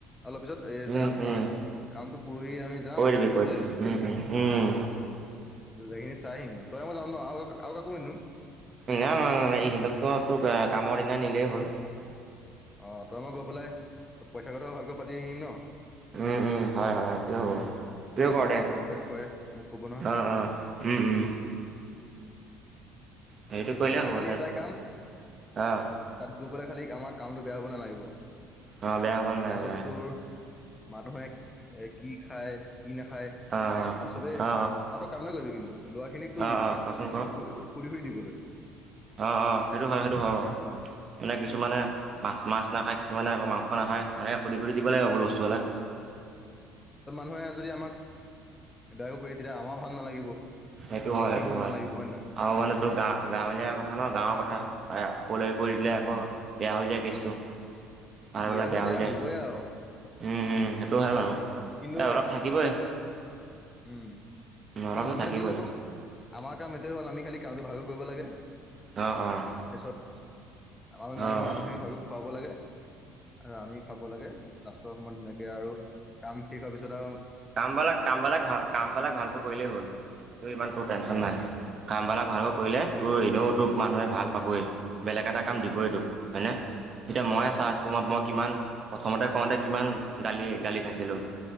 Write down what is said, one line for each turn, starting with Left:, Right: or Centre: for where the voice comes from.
Left: অলপ পিছত এ এতিয়া
Right: উম
Left: আপোনাৰ
Right: উম
Left: কামটো পৰহি আমি যাওঁ
Right: কৈ দিবি
Left: সুধিবলৈ
Right: কৈ দিবি উম উম উম
Left: জেগাখিনি চাই আহিম তই মই যাম ন আৰু কাকো নেনো
Right: নাই নাই ন নাই ই সিহঁকতো তো কামৰ দিনা নিলেই হ'ল
Left: অ তই মই গৈ পেলাই পইচা কথাও ভালকৈ পাতি আহিম ন
Right: উম উম হয় হয় সেইটোৱে হ'ব সেইটোৱে
Left: যদি
Right: কৰ
Left: কিবা
Right: দে
Left: কম বেচ কৰে মোক ক'ব নহয়
Right: অ অ উম উম সেইটো কৰিলেই
Left: আমাৰ
Right: হ'ব
Left: খালি
Right: দে
Left: এটাই কাম
Right: অ
Left: তাত গৈ পেলাই খালি আমাৰ কামটো বেয়া হ'ব নালাগিব
Right: অ বেয়া হব নালাগিব
Left: তাৰপিছত তোৰ মানুহে এ কি খায় কি নাখায়
Right: অ
Left: আৰু চবেই
Right: অ অ অ
Left: আৰু ত কাম এটা কৰিবি কিন্তু লৰা খিনিক কৈ
Right: অ
Left: দিবি
Right: অ কচোন ক
Left: সুধি সুধি দিবলৈ
Right: অ অ সেইটো হয় সেইটো হয় বাৰু
Left: অ
Right: মানে কিছুমানে মাছ মাছ নাখায় কিছুমানে আকৌ মাংস নাখায় সেনেকে শুধি শুধি দিব লাগিব বস্তুবিলাক
Left: ন যদি আমাক এইবিলাকো কৰি তেতিয়া আমাৰ ভাল নালাগিব লৰা
Right: সেইটো হয় সেইটো
Left: খিনিও ভাল নালাগিব হয় নে নহয়
Right: আৰু মানে তোৰ গা গাঁৱলীয়া কথা ন গাঁৱৰ কথা কলৈ কৰি দিলে
Left: উম
Right: আকৌ বেয়া হৈ যায় কেছটো ভবাবিলাক
Left: বিয়া ঘৰত
Right: বেয়া হৈ
Left: এয়া
Right: যায়
Left: হ'বই
Right: উম,
Left: আৰু
Right: সেইটো হয় বাৰু এ,
Left: কিন্তু
Right: অলপ থাকিবই।
Left: উম,
Right: অলপতো
Left: মানুহে
Right: থাকিবই
Left: যি নকওঁক, আমাৰ কাম এইটোৱে হ'ল আমি খালি কামটো ভালকৈ কৰিব লাগে।
Right: অ', অ'।
Left: পিছত, <unintelligible>
Right: অ',
Left: মানুহখিনিক <unintelligible> খুৱাব লাগে। আৰু আমি খাব লাগে লাষ্টৰ সময়ত ধুনীয়াকে আৰু কাম শেষ হোৱাৰ পিছত আৰু
Right: কামবলাক কামবলাক ভাল কামবিলাক ভালকৈ কৰিলেই হ'ল এইটো ইমান তোৰ টেনশ্যন
Left: অ
Right: নাই, কামবিলাক ভালকৈ কৰিলে
Left: ভাল কৰিম
Right: তোৰ এনেও তোৰ মানুহে ভাল পাবই, বেলেগ এটা কাম দিবই তোক হয়নে। এতিয়া ময়ে চা
Left: অ
Right: তোমাক মই কিমান প্ৰথমতে কওঁতে কিমান গালি গালি খাইছিলোঁ।